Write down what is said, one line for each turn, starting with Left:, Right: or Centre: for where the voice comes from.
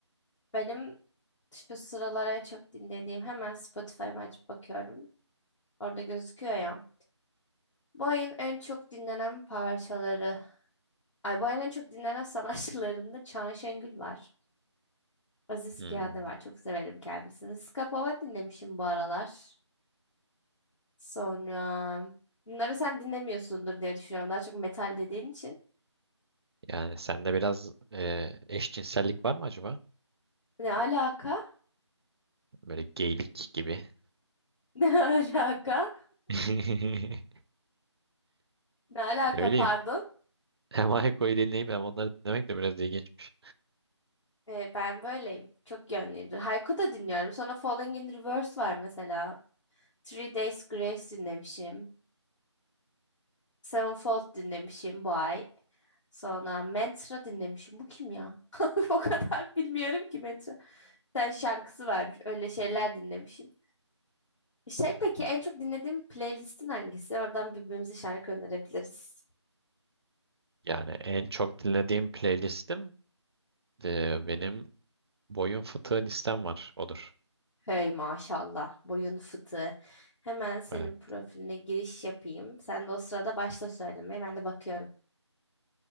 Left: benim şu sıralar en çok dinlediğim hemen Spotify'ımı açıp bakıyorum. Orada gözüküyor ya. Bu ayın en çok dinlenen parçaları. Alboya'nın en çok dinlenen sanatçılarında Çağan Şengül var. Aziz
Right: Hmm.
Left: Piyade var. Çok severim kendisini. Skapova dinlemişim bu aralar. Sonra bunları sen dinlemiyorsundur diye düşünüyorum. Daha çok metal dediğin için.
Right: Yani sende biraz e, eşcinsellik var mı acaba?
Left: Ne alaka?
Right: Böyle geylik gibi.
Left: <laughs> Ne alaka?
Right: <laughs>
Left: Ne alaka
Right: Ne bileyim.
Left: pardon.
Right: Hem Ayko'yu dinleyip hem onları dinlemek de biraz ilginçmiş.
Left: Ee, ben böyleyim. Çok yönlüyümdür. Haiku da dinliyorum. Sonra Falling in Reverse var mesela. Three Days Grace dinlemişim. Sevenfold dinlemişim bu ay. Sonra Mantra dinlemişim. Bu kim ya? <laughs> O kadar bilmiyorum ki Mantra. Sen şarkısı varmış. Öyle şeyler dinlemişim. Şey peki en çok dinlediğim playlistin hangisi? Oradan birbirimize şarkı önerebiliriz.
Right: Yani en çok dinlediğim playlistim e, benim Boyun fıtığı listem var. Odur.
Left: Hey maşallah boyun fıtığı. Hemen senin
Right: Ee,
Left: profiline giriş yapayım. Sen de o sırada başla söylemeye. Ben de bakıyorum.